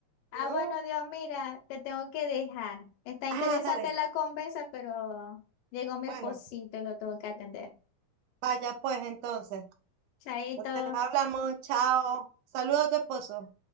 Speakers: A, on the left; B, on the right.
A: ah,
B: no.
A: bueno, Dios, mira, te tengo que dejar. Está
B: Ah,
A: interesante
B: dale.
A: la conversa, pero llegó mi
B: Bueno,
A: esposito y lo tengo que atender.
B: vaya pues entonces.
A: Chaito.
B: Entonces hablamos, chao. Saludos a tu esposo.